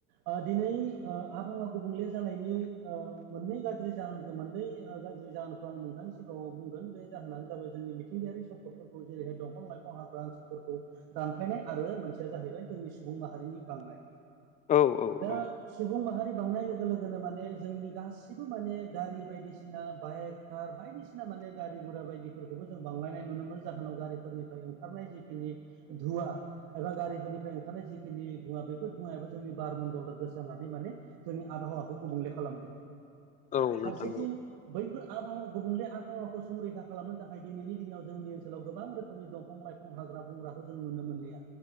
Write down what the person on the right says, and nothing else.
ओ दिनै ओ आबहावा गुबुंले जानायनि ओ मोननै गाज्रि जाहोनखौ मोननै गाज्रि जाहोनखौ आं नोंथांनि सिगाङाव बुंगोन बे जाहोनानो जाबाय जोंनि मिथिंगायारि सम्पदफोरखौ जेरैहाय दंफां लाइफां हाग्रा ओनसोलफोरखौ दानफायनाय आरो मोनसेया जाहैबाय जोंनि सुबुं माहारिनि बांनाय,
दा
सुबुं माहा रिनि बांनाय लोगो लोगोनो माने जोंनि गासिबो माने गारि बायदिसिना बाइक कार बायदिसिना माने गारि गुरा बायदिफोरखौबो जों बांलायनाय नुनो मोनो जाहोनाव गारिफोरनिफ्राय ओंखारनाय जिखिनि धुवा एबा गारिफोरनिफ्राय ओंखारनाय जिखिनि धुङा बेफोर धुङायाबो जोंनि बारमन्दलाव गोसारनानै माने जोंनि आबहावाखौ गुबुंले खालामदों ।
फारसेथिं
बैफोर आबहावा गुबुंले आबहावाखौ संरैखा खालामनो थाखाय दिनैनि दिनाव जोंनि ओनसोलाव गोबां रोखोमनि दंफां लाइफ हाग्रा बंग्राखौ जों नुनो मोनलिया